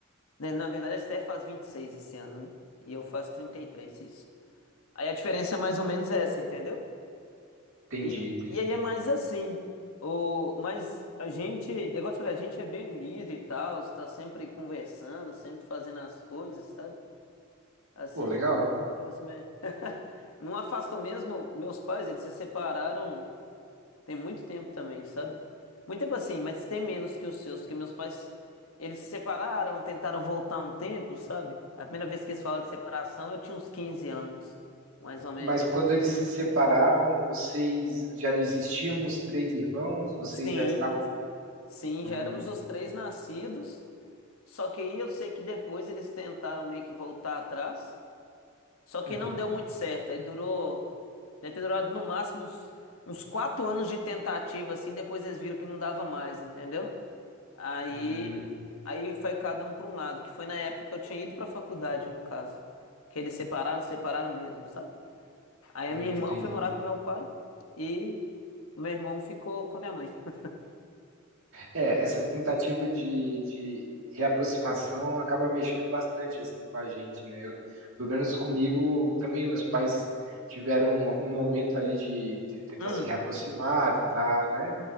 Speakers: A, on the left; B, on the right.
A: né, na verdade, a Esther faz 26 esse ano, né? E eu faço 33 isso. Aí a diferença é mais ou menos essa, entendeu?
B: entendi,
A: E,
B: entendi.
A: e aí é mais assim. O, mas a gente, é igual eu te falei, a gente é bem unido e tal, está sempre conversando, sempre fazendo as coisas, sabe? Assim
B: Pô, legal.
A: a gente é próximo é. <laughs> Não afastam mesmo, meus pais, eles se separaram Tem muito tempo também, sabe? Muito tempo assim, mas tem menos que os seus, porque meus pais, eles se separaram, tentaram voltar um tempo, sabe? A primeira vez que eles falam de separação, eu tinha uns 15 anos, mais ou menos.
B: Mas quando eles se separaram, vocês já existiam os três irmãos? Vocês
A: Sim,
B: já estavam.
A: sim,
B: Hum,
A: já éramos os três nascidos, só que aí eu sei que depois eles tentaram meio que voltar atrás, só que
B: uhum,
A: não deu muito certo, aí durou, deve ter durado no máximo uns, uns quatro anos de tentativa, assim, depois eles viram que não dava mais, entendeu? Aí
B: hum,
A: Aí foi cada um para um lado, que foi na época que eu tinha ido para faculdade, no caso. Que eles separaram, separaram mesmo, sabe? Aí
B: hum,
A: a minha irmã
B: entendi.
A: foi morar com meu pai e o meu irmão ficou com minha mãe. <laughs>
B: É, essa tentativa de, de reaproximação acaba mexendo bastante assim, com a gente, né? Eu- pelo menos comigo, também meus pais tiveram um momento ali de te- tentar
A: Hum,
B: se reaproximar, tentar, né,